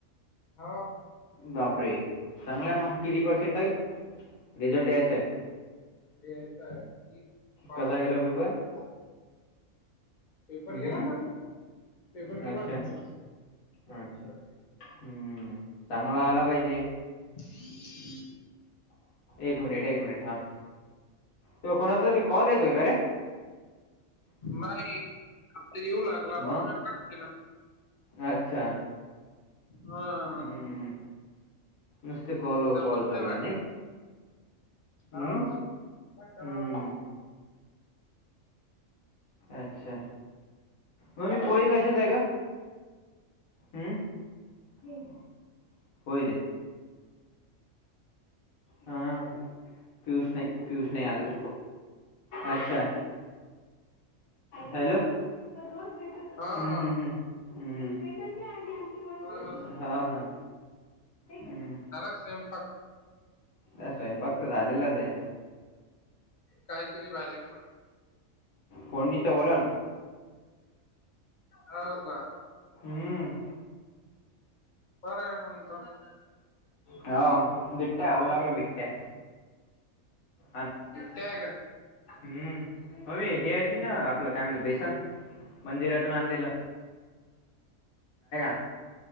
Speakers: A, on the left; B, on the left.
A: हा
B: बापरे चांगलाय मग किती पर्सेंटाईल, रिझल्ट यायचंय.
A: घयचं आहे. की बारा
B: कसा गेला
A: तारखेला
B: पेपर.
A: पेपर
B: हम्म?
A: गेला चांगला, पेपर गेला
B: अच्छा
A: चांगला
B: अच्छा.
A: <inaudible>
B: हम्म चांगला आला पाहिजे.
A: हम्
B: एक मिनिट, एक मिनिट थांब तुला कोणाचा तरी, कॉल येतोय का रे.
A: नाही आता येऊ, लागला बा
B: मग?
A: म का केला.
B: अच्छा.
A: हा हा
B: हं. नुसते कॉलर
A: जमत
B: कॉल लू
A: वाटत
B: आहे नाही. हं.
A: हो काण करावता.
B: हं. अच्छा मग मी पोळी, कशात आहे ग. हम्म होय दे. हा पूषणे पूषणे आला अच्छा. हॅलो हम्म
A: हा हा
B: हम्म हम्म. हम्म
A: मग अजून
B: हा का हम्.
A: नर स्वयंपाक.
B: नाही स्वयंपाक तर झालेलाच आहे.
A: काही की भाजी प
B: कोणणी तर बला.
A: होव का.
B: हम्म.
A: बरं आहे, मंग त.
B: हो बिट्ट्या हवऊ, लागल बिट्ट्या. आण
A: त्याय का ते
B: हम्म, मम्मी हेे अशी ना आपलं काय, म्हणजे बेसन मंदिरातून आणलेलं <unintelligible>